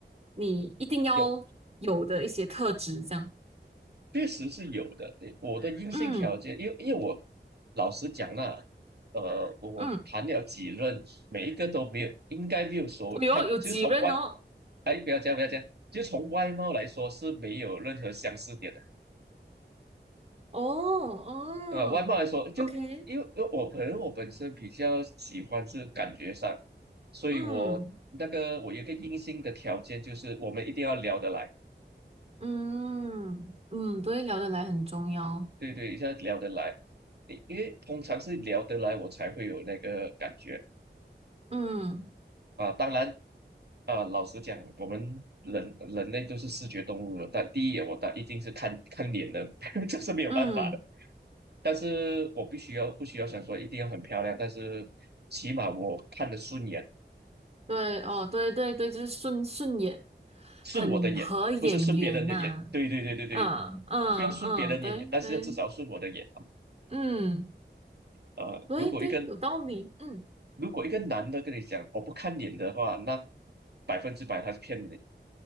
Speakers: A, on the right; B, on the right.
A: 你一定要有的一些特质？
B: 有。
A: 这样，
B: 确实是有的。我的硬性条件，
A: 嗯
B: 因为因为我老实讲啦，呃，我谈了几任，
A: 嗯，
B: 每一个都没有，应该没有说，
A: 哎呦，
B: 他就从外，
A: 有几任哦，
B: 哎，不要这样，不要这样，就从外貌来说是没有任何相似点的。
A: 哦哦，OK，
B: 呃，外貌来说，就因为因为我可能我本身比较喜欢是感觉上，所以我那个我有一个硬性的条件就是我们一定要聊得来。
A: 嗯嗯嗯，对，聊得来很重要，
B: 对对，一下聊得来，因因为通常是聊得来，我才会有那个感觉
A: 嗯
B: 啊。当然啊，老实讲，我们人人类都是视觉动物了，但第一眼我当一定是看看脸的，<laughs> 这是没有办法的。
A: 嗯，
B: 但是我必须要不需要想说一定要很漂亮，但是起码我看得顺眼，
A: 对哦，对对对，就是顺顺眼，
B: 顺我的眼，
A: 很合眼缘呐、
B: 不是顺别人的眼。对对对对对，
A: 嗯嗯嗯，
B: 不用顺别人的眼，
A: 对对。
B: 但是至少顺我的眼。
A: 嗯，
B: 啊，
A: 对对，
B: 如果一个
A: 有道理，嗯，
B: 如果一个男的跟你讲我不看脸的话，那百分之百他是骗你的。